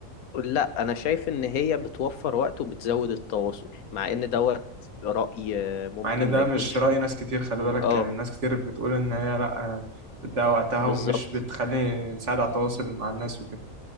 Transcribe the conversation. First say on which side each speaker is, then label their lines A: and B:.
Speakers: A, on the left; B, on the right.
A: لا انا شايف ان هي بتوفر وقت وبتزود التواصل مع ان دوت رأي آه، ممكن
B: مع ان ده
A: ما يكونش
B: مش رأي ناس كتير خلي بالك
A: اه
B: يعني الناس كتير بتقول ان هي لا آه، بتضيع وقتها
A: بالظبط
B: ومش بتخلي تساعد على التواصل مع الناس وكده